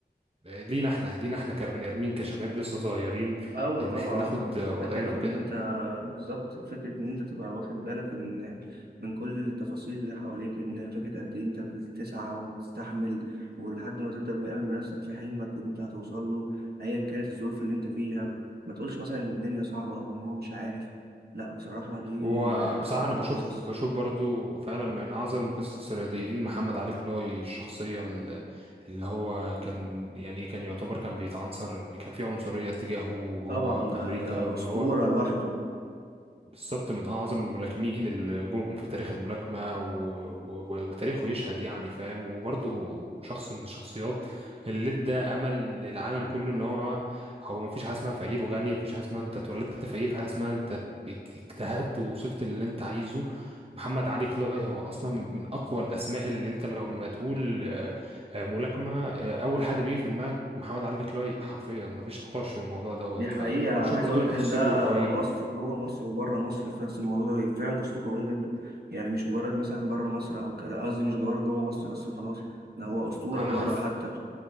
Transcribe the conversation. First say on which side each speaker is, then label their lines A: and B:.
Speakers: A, on the right (about 35°); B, on the right (about 65°).
A: آه، لينا احنا لينا احنا كبني ادمين كشباب لسه صغيرين
B: أيوة
A: ان
B: طبعا
A: احنا ناخد وضعنا
B: فكرة
A: وكده
B: إن أنت بالظبط فكرة إن أنت تبقى واخد بالك إن من كل التفاصيل اللي حواليك إن فكرة قد إيه أنت بتسعى وتستحمل ولحد ما تبدأ مآمن بنفسك في حلمك إن أنت هتوصل له أيا كانت الظروف اللي أنت فيها ما تقولش مثلا إن الدنيا صعبة أو إن هو مش عارف لأ بصراحة دي
A: وبصراحة
B: من أقوى
A: انا بشوف
B: القصص
A: بشوف برضو فعلا من اعظم قصص الرياضيين محمد علي كلاي الشخصية ال- اللي هو كان يعني كان يعتبر كان بيتعنصر كان في عنصرية تجاهه وهو
B: طبعا
A: في
B: ده
A: امريكا
B: ده
A: وان
B: أسطورة
A: هو
B: لوحده
A: بالظبط من أعظم الملاكمين اللي جم في تاريخ الملاكمة و... و... وتاريخه يشهد يعني فاهم وبرضه شخص من الشخصيات اللي ادى أمل للعالم كله إن هو هو مفيش حاجة اسمها فقير وغني مفيش حاجة اسمها أنت اتولدت فقير في حاجة اسمها أنت اك- اجتهدت ووصلت للي أنت عايزه محمد علي كلاي هو أصلا من أقوى الأسماء اللي أنت لما تقول آه، آه، ملاكمة آه، أول حد بيجي في دماغك محمد علي كلاي حرفيا مفيش نقاش في الموضوع دوت
B: دي حقيقة
A: فأنا بشوف
B: عايز
A: برضه
B: أقول
A: إن
B: لك
A: قصته
B: إن ده
A: قوية
B: مصر
A: جدا
B: جوه مصر وبره مصر في نفس الموضوع ده هي فعلا قصته قوية جدا يعني مش مجرد مثلا بره مصر أو كده قصدي مش جوه جوه مصر بس وخلاص ده هو أسطورة
A: انا
B: بره
A: حرف
B: حتى